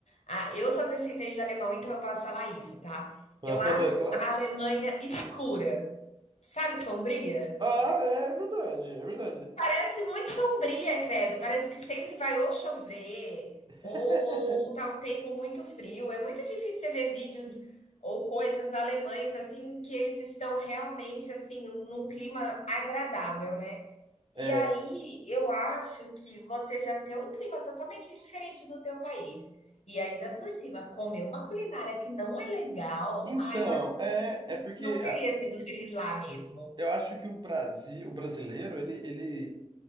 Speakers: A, on the left; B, on the right.
A: ah, eu sou descendente de alemão, então eu posso falar isso, tá.
B: <laughs>
A: Eu acho
B: Claro.
A: a Alemanha escura, sabe, sombria?
B: Ah, é é verdade, é verdade.
A: Parece muito sombria, credo, parece que sempre vai ou chover
B: <laughs>
A: ou ou tá um tempo muito frio, é muito difícil você ver vídeos ou coisas alemães, assim, que eles estão realmente, assim, num clima agradável, né.
B: É.
A: E aí, eu acho que você já tem um clima totalmente diferente do teu país. E ainda por cima, comer uma culinária que não é legal,
B: Então,
A: ah, eu acho que
B: é,
A: eu não
B: é porque
A: não teria
B: ah,
A: sido feliz lá mesmo.
B: eu acho que o Brasil, o brasileiro, ele, ele